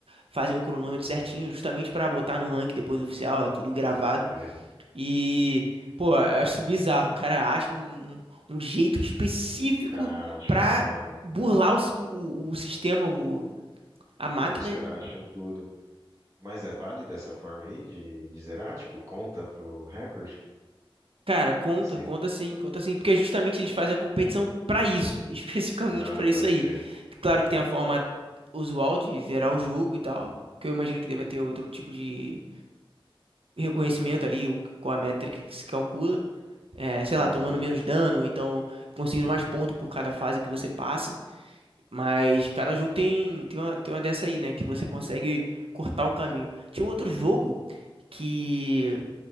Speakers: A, on the right; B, on the right.
A: fazem o cronômetro certinho, justamente para botar no ranking depois oficial, é tudo gravado.
B: sei. O
A: E, pô, eu acho isso bizarro. O cara acha um, um- um jeito específico
B: cara acha,
A: pra
B: né, mano?
A: burlar o, s- o- o- o sistema, o, a máquina.
B: Pô, os cara acham tudo. Mas é válido essa forma aí de, de zerar? Tipo, conta pro recorde?
A: Cara, conta,
B: Sem...
A: conta sim, conta sim, porque justamente eles fazem a competição pra isso, <laughs> especificamente
B: Ah,
A: pra isso
B: pode
A: aí.
B: crer.
A: Claro que tem a forma usual de zerar o jogo e tal, que eu imagino que deve ter outro tipo de reconhecimento ali, o- com a métrica que se calcula. é, sei
B: Uhum.
A: lá, tomando menos dano, ou então conseguindo mais ponto por cada fase que você passa. Mas cada jogo tem, tem uma, tem uma dessa aí, né? Que você consegue cortar o caminho. Tinha um outro jogo que.